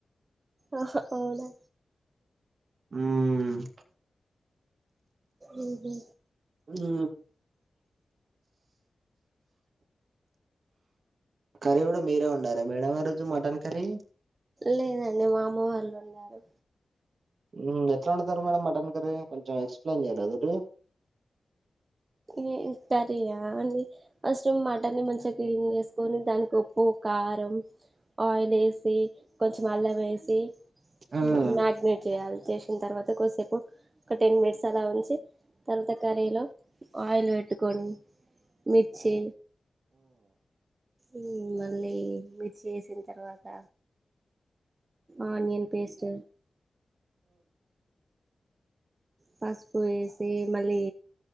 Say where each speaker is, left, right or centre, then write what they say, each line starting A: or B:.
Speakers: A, on the right; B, on the right.
A: ఆహా అవునా
B: ఉమ్
A: ఉహూ
B: ఉమ్ కర్రీ కూడా మీరే వండారా మేడం ఆ రోజు మటన్ కర్రీ
A: లేదండి మా అమ్మ వాళ్ళు వండారు
B: ఉమ్ ఎట్లా వండుతారు మేడం మటన్ కర్రీ కొంచెం ఎక్స్ప్లెయిన్ చేయ్యరాదు మరి
A: ఏ కర్రీయా అండి ఫస్ట్ మటన్ ని మంచిగా క్లీన్ చేసుకొని దానికి ఉప్పు కార్ రం ఆయిలేసి కొంచెం అల్లం వేసి
B: మ్మ్
A: ఉమ్ మ్యారినేట్ చేయాలి చేసి న తర్వాత కొద్దిసేపు ఒక టెన్ మినెట్స్ అలా ఉంచి తర్వాత కర్రీలో ఆయిల్ పెట్టుకొని మిర్చి ఉమ్ మళ్ళీ మిర్చి వేసిన తర్వాత ఆనియన్ పేస్ట్ పసుపు వేసి మళ్ళీ